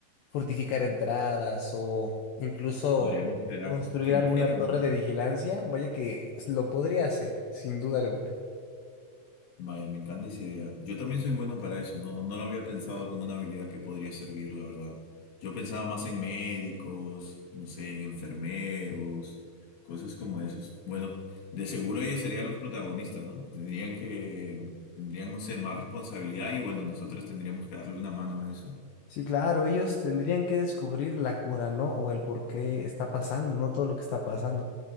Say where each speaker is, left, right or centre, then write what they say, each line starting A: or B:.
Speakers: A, on the left; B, on the left.
A: fortificar entradas o incluso
B: podríamos crear
A: construir
B: trincheras,
A: alguna torre
B: ¿no?
A: de vigilancia. Vaya que lo podría hacer, sin duda alguna.
B: Vaya, me encanta esa idea. Yo también soy bueno para eso, ¿no? No lo había pensado como una habilidad que podría servir, la verdad. Yo pensaba más en médicos, no sé, en enfermeros, cosas como esos. Bueno, de seguro ellos serían los protagonistas, ¿no? Tendrían que, tendrían, no sé, más responsabilidad y bueno, nosotros tendríamos que darle una mano a eso.
A: Sí, claro, ellos tendrían que descubrir la cura, ¿no? O el por qué está pasando, no todo lo que está pasando.